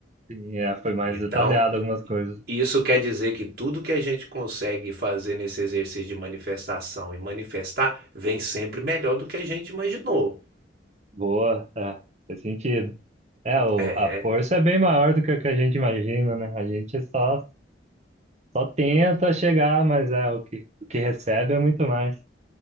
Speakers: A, on the right; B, on the right.
A: Sim, é, foi mais
B: Então,
A: detalhado algumas coisas.
B: isso quer dizer que tudo que a gente consegue fazer nesse exercício de manifestação e manifestar vem sempre melhor do que a gente imaginou.
A: Boa, é, faz sentido. É, o,
B: É.
A: a força é bem maior do que o que a gente imagina, né? A gente só, só tenta chegar, mas é o que, o que recebe é muito mais.